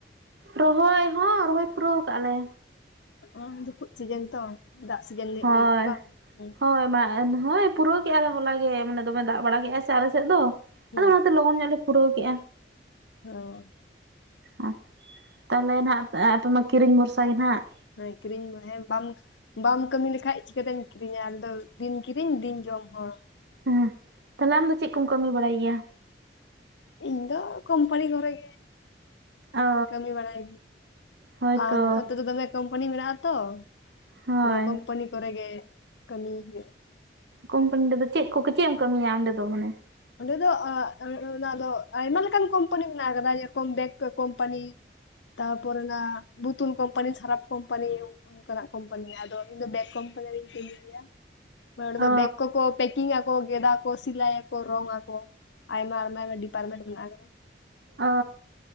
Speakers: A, on the right; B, on the left.
A: ᱨᱚᱦᱚᱭ ᱦᱚᱸ ᱨᱚᱦᱚᱭ ᱯᱩᱨᱟᱹᱣ ᱠᱟᱜ ᱟᱞᱮ
B: ᱚᱝ ᱡᱩᱛᱩᱜ ᱪᱤᱜᱟᱹᱝ ᱛᱚ ᱫᱟᱜ ᱥᱤᱡᱮᱱ ᱱᱤᱭᱟᱹ
A: ᱦᱳᱭ
B: ᱠᱟᱱᱟ ᱵᱟᱝ? ᱦᱩᱸ
A: ᱦᱳᱭ ᱵᱟ ᱮ ᱦᱳᱭ ᱯᱩᱨᱟᱹᱣ ᱠᱮᱜ ᱟᱞᱮ ᱦᱚᱞᱟ ᱜᱮ ᱢᱟᱱᱮ ᱫᱚᱢᱮ ᱫᱟᱜ ᱵᱟᱲᱟ ᱠᱮᱜᱼᱟᱭ ᱥᱮ ᱟᱞᱮ ᱥᱮᱫ ᱫᱚ
B: ᱦᱩᱸ
A: ᱟᱫᱚ ᱚᱱᱟᱛᱮ ᱞᱚᱜᱚᱱ ᱧᱚᱜ ᱞᱮ ᱯᱩᱨᱟᱹᱣ ᱠᱮᱜᱼᱟ
B: ᱦᱚᱸ
A: ᱚᱸᱹ <unintelligible> ᱛᱟᱦᱚᱞᱮ ᱱᱟᱜ ᱟᱯᱮ ᱢᱟ ᱠᱤᱨᱤᱧ ᱵᱷᱚᱨᱥᱟ ᱜᱮ ᱦᱟᱸᱜ
B: ᱦᱮᱸ ᱠᱤᱨᱤᱧ ᱢᱮ ᱦᱮᱸ ᱵᱟᱝᱠ ᱵᱟᱢ ᱠᱟᱹᱢᱤ ᱞᱮᱠᱷᱟᱡ ᱪᱤᱠᱟᱹᱛᱮᱢ ᱠᱤᱨᱤᱧᱟ ᱟᱫᱚ ᱫᱤᱱ ᱠᱤᱨᱤᱧ ᱫᱤᱱ ᱡᱚᱢ ᱦᱚᱲ
A: ᱦᱮᱸ ᱛᱟᱦᱟᱞᱮ ᱟᱢ ᱫᱚ ᱪᱮᱫ ᱠᱚᱢ ᱠᱟᱹᱢᱤ ᱵᱟᱲᱟᱭ ᱜᱮᱭᱟ
B: ᱤᱧ ᱫᱚ ᱠᱳᱢᱯᱟᱱᱤ ᱠᱚᱨᱮ ᱜᱮ
A: ᱚ
B: ᱠᱟᱹᱢᱤ ᱵᱟᱲᱟᱭ
A: ᱦᱳᱭ
B: ᱟᱨ
A: ᱛᱚ
B: ᱟᱛᱳ ᱫᱚ ᱫᱚᱢᱮ ᱠᱳᱢᱯᱟᱱᱤ ᱢᱮᱱᱟᱜᱼᱟ ᱟ ᱛᱚ
A: ᱦᱳᱭ
B: ᱟᱫᱚ ᱠᱚᱢᱯᱟᱱᱤ ᱠᱚᱨᱮ ᱜᱮ ᱠᱟᱹᱢᱤ ᱦᱩᱭᱩᱜ ᱟ
A: ᱠᱳᱢᱯᱟᱱᱤ ᱨᱮ ᱫᱚ ᱪᱮᱫ ᱠᱚ ᱪᱮᱫ ᱮᱢ ᱠᱟᱹᱢᱤᱭᱟ ᱚᱸᱰᱮ ᱫᱚ ᱢᱟᱱᱮ
B: ᱚᱸᱰᱮ ᱫᱚ ᱚᱸᱜ ᱟᱸ ᱟᱸ ᱚᱱᱟ ᱫᱚ ᱟᱭᱢᱟ ᱞᱮᱠᱟᱱ ᱠᱳᱢᱯᱟᱱᱤ ᱢᱮᱱᱟᱜ ᱟᱠᱟᱫᱟ ᱠᱚᱢ ᱵᱮᱠ ᱠᱚ ᱠᱳᱢᱯᱟᱱᱤ ᱛᱟ ᱯᱚᱨᱮ ᱱᱟ ᱵᱩᱛᱩᱞ ᱠᱚᱢᱯᱟᱱᱤ ᱥᱟᱨᱟᱯ ᱠᱚᱢᱯᱟᱱᱤ ᱩᱱ ᱚᱱᱠᱟᱱᱟᱜ ᱠᱳᱢᱯᱟᱱᱤ ᱟᱫᱚ ᱤᱧ ᱫᱚ ᱵᱮᱜ ᱠᱳᱢᱯᱟᱱᱤ ᱨᱤᱧ ᱠᱟᱹᱢᱤ ᱜᱮᱭᱟ ᱢᱟᱱᱮ ᱚᱸᱰᱮ ᱫᱚ
A: ᱚ
B: ᱵᱮᱜᱽ ᱠᱚ ᱠᱚ ᱯᱮᱠᱤᱝ ᱟᱠᱚ ᱜᱮᱫᱟᱜ ᱠᱚ ᱥᱤᱞᱟᱭ ᱟᱠᱚ ᱨᱚᱝ ᱟᱠᱚ ᱟᱭᱢᱟ ᱟᱨ ᱟᱨᱚ ᱰᱤᱯᱟᱨᱢᱮᱱᱴ ᱢᱮᱱᱟᱜ-ᱟ ᱟᱫᱚ ᱵᱟᱝ
A: ᱚ